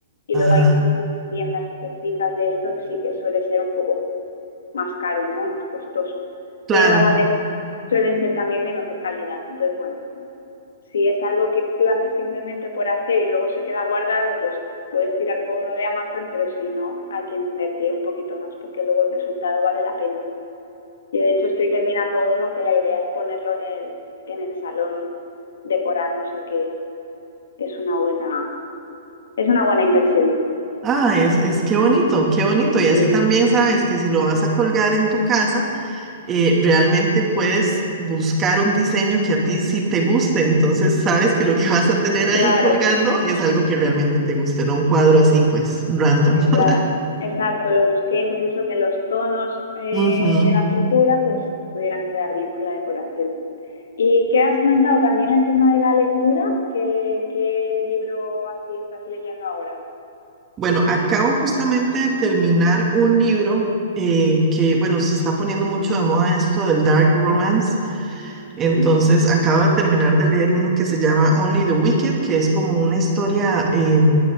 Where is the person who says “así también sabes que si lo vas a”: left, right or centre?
Right